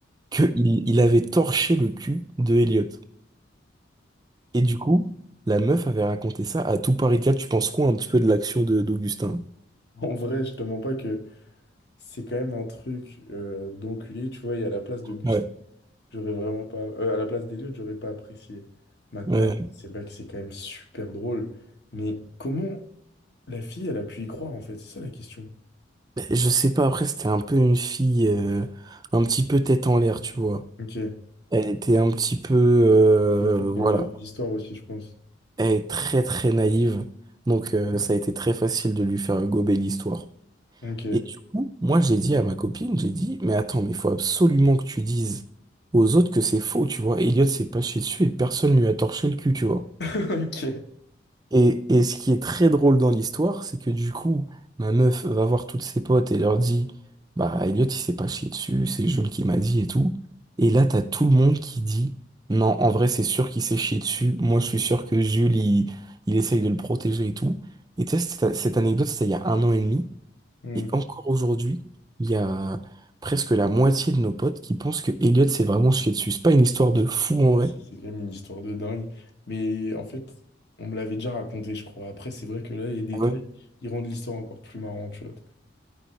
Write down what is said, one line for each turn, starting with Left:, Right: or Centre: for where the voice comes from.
Right: qu'il il il avait torché le cul de Elliot. Et du coup, la meuf avait raconté ça à tout Paris 4. Tu penses quoi un petit peu de l'action de d'Augustin?
Left: En vrai, je te mens pas que c'est quand même un truc euh, d'enculé, tu vois, et à la place d'Auguste,
Right: Ouais,
Left: j'aurais vraiment pas... euh, à la place d'Eliott, j'aurais pas apprécié. Maintenant,
Right: ouais.
Left: c'est vrai que c'est quand même super drôle, mais comment la fille, elle a pu y croire, en fait? C'est ça la question.
Right: Ben, Je sais pas, après, c'était un peu une fille euh, un petit peu tête en l'air, tu vois.
Left: Ok.
Right: Elle était un petit peu... euh,
Left: C'est une fille qui
Right: voilà.
Left: aime bien les histoires aussi, je pense.
Right: Elle est très très naïve, donc euh, ça a été très facile de lui faire gober l'histoire.
Left: Ok.
Right: Et du coup, moi j'ai dit à ma copine, j'ai dit, mais attends, mais il faut absolument que tu dises aux autres que c'est faux, tu vois. Elliot s'est pas chié dessus et personne lui a torché le cul, tu vois.
Left: <laughs> Ok.
Right: Et, et ce qui est très drôle dans l'histoire, c'est que du coup, ma meuf va voir toutes ses potes et leur dit, bah Elliot, il s'est pas chié dessus, c'est Jules qui m'a dit et tout. Et là, t'as tout le monde qui dit, non, en vrai, c'est sûr qu'il s'est chié dessus. Moi, je suis sûr que Jules, il, il essaye de le protéger et tout. Et tu sais, cette, cette anecdote, c'était il y a un an et demi.
Left: Hmm.
Right: Et encore aujourd'hui, il y a presque la moitié de nos potes qui pensent que Elliot s'est vraiment chié dessus. C'est pas une histoire de fou en vrai.
Left: C'est c'est quand même une histoire de dingue. Mais en fait, on me l'avait déjà raconté, je crois. Après, c'est vrai que là, les détails,
Right: Ah ouais?
Left: ils rendent l'histoire encore plus marrante, tu vois.